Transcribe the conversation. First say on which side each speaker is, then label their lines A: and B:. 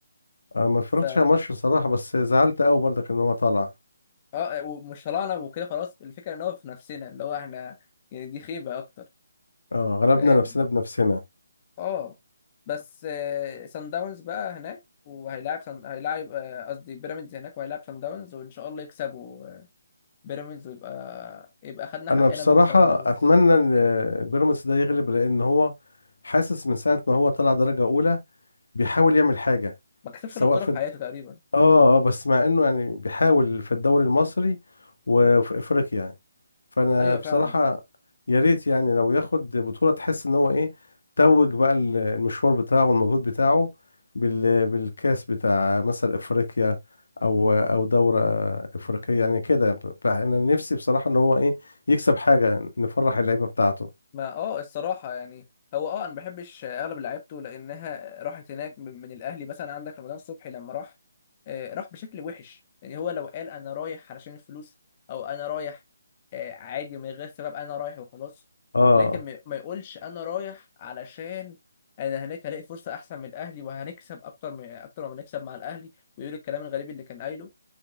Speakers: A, on the left; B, on the left.
A: انا ما اتفرجتش
B: ف
A: على الماتش بصراحة بس زعلت قوي برضك ان هو طلع
B: اه ومش طلعنا وكده خلاص الفكره ان هو في نفسنا اللي هو احنا يعني دي خيبه اكتر
A: اه غلبنا
B: فاهم
A: نفسنا بنفسنا
B: اه بس سان داونز بقى هناك وهيلاعب سن... هيلاعب آه، قصدي بيراميدز هناك وهيلاعب سان داونز وان شاء الله يكسبوا آه، بيراميدز ويبقى يبقى خدنا
A: انا
B: حقنا
A: بصراحة
B: من سان داونز
A: اتمنى ان آه، بيراميدز ده يغلب لان هو حاسس من ساعة ما هو طلع درجة اولى بيحاول يعمل حاجة
B: ما كسبش
A: سواء
B: ولا بطوله
A: في
B: في حياته تقريبا
A: اه اه بس مع انه يعني بيحاول في الدوري المصري وفي افريقيا يعني فانا
B: ايوه
A: بصراحة
B: فعلا
A: يا ريت يعني لو ياخد بطولة تحس ان هو ايه توج بقى ال- المشوار بتاعه والمجهود بتاعه بال بالكاس بتاع مثلا افريقيا او او دورة افريقية يعني كده ب- انا نفسي بصراحة ان هو ايه يكسب حاجة نفرح اللعيبة بتاعته
B: ما اه الصراحة يعني هو اه انا ما بحبش اغلب لعيبته لانها راحت هناك من من الاهلي مثلا عندك رمضان صبحي لما راح آه، راح بشكل وحش يعني هو لو قال انا رايح علشان الفلوس او انا رايح آه، عادي من غير سبب انا رايح وخلاص
A: اه
B: لكن ما ما يقولش انا رايح علشان انا هناك هلاقي فرصة احسن من الاهلي وهنكسب اكتر من اكتر ما بنكسب مع الاهلي ويقول الكلام الغريب اللي كان قايله